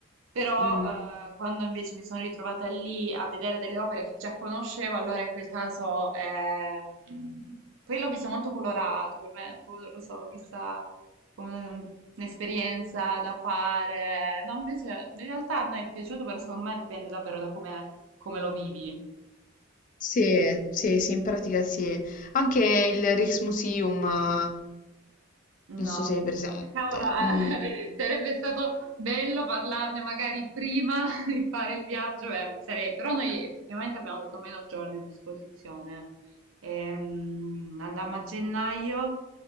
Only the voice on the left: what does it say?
Mm.
Sì, sì, sì, in pratica sì. Anche il Rijksmuseum, eh,
non so se è presente,
mm,